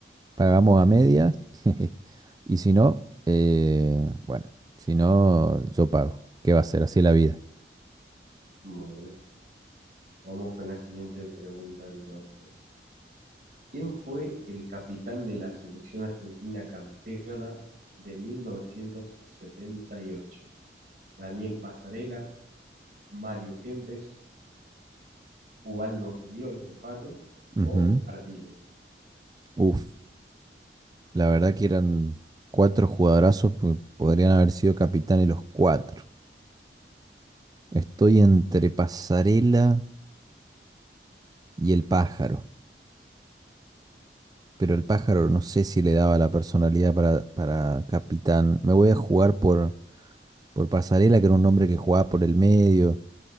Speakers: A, on the right (about 20°); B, on the right (about 45°).
A: pagamos a media. <laughs> Y si no, eh, bueno, si no, yo pago. ¿Qué va a ser? Así es la vida.
B: Bueno, vamos con la siguiente pregunta entonces. ¿Quién fue el capitán de la selección argentina campeona de 1978? ¿Daniel Pasarela, Mario Kempes, Ubaldo Filiol, el Pato
A: Ujú.
B: o Ardiles?
A: Uf, La verdad que eran cuatro jugadorazos que podrían haber sido capitanes los cuatro. Estoy entre Pasarela y el pájaro, pero el pájaro no sé si le daba la personalidad para, para capitán. Me voy a jugar por, por Pasarela, que era un hombre que jugaba por el medio.